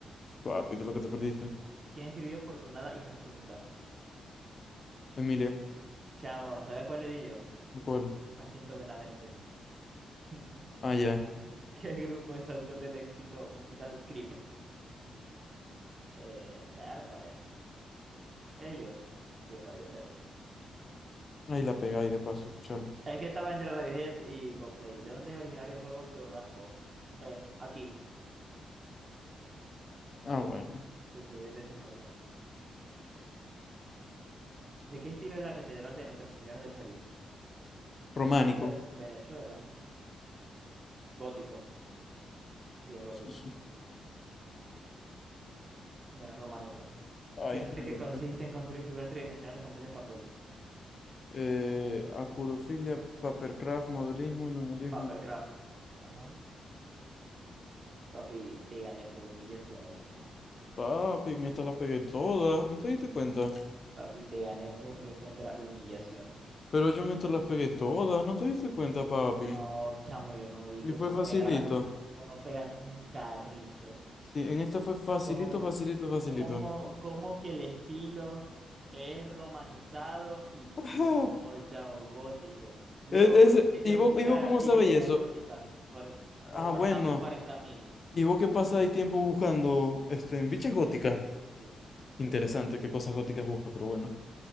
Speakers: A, on the left; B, on the right.
A: Papi, de lo que te perdiste.
B: ¿Quién escribió Fortunada y Jacinta?
A: Emilia.
B: Chamo, ¿sabes cuál le di yo?
A: ¿De ¿Cuál?
B: Jacinto Benavente. <laughs>
A: Ah, ya.
B: ¿Qué grupo es autor del éxito musical Creep? Eh, Bertale. Ellos. Sí, Radiohead.
A: Ahí la pegáis de paso, escucharlo.
B: Es que estaba entre Radiohead y Coldplay. ¿De dónde es originario el juego Dordango? Eh, aquí.
A: Ah,
B: Sí,
A: bueno.
B: sí, sí, este sí me lo sé. ¿De qué estilo es la Catedral de Nuestra Señora de París? Venezuela.
A: Románico.
B: Venezuela. Gótico. Sí, es gótico.
A: Jiji.
B: No es románico.
A: Ay,
B: ¿Qué arte
A: me
B: que
A: golpeé.
B: consiste en construir figuras tridimensionales con piezas de papel?
A: Eh, acurofilia, papercraft, modelismo, neumatismo.
B: Papercraft. Ajá. Papi, te gané por humillación, ¿oíste?
A: Papi, en esta las pegué todas, ¿no te diste cuenta?
B: Papi, te gané por recontra humillación.
A: Pero yo en esta las pegué todas, ¿no te diste cuenta, papi?
B: No, chamo, yo no vi
A: Y
B: que vos
A: fue facilito.
B: no pegaras, vos no pegaste un carrizo.
A: Sí, en esta fue facilito,
B: ¿Cómo,
A: facilito, facilito.
B: cómo, cómo que el estilo es romanizado y
A: Ajá.
B: no, chamo, gótico? Luego
A: E-
B: vos
A: ese-
B: tenés que
A: ¿y
B: buscar
A: vos, y vos cómo
B: iglesias
A: sabéis eso?
B: góticas por, por
A: Ah,
B: Warhammer
A: bueno.
B: 40.000.
A: ¿Y vos qué pasa ahí tiempo buscando este, en bichas góticas?
B: Gó- Sí, góticas.
A: Interesante qué cosas góticas buscas, pero bueno.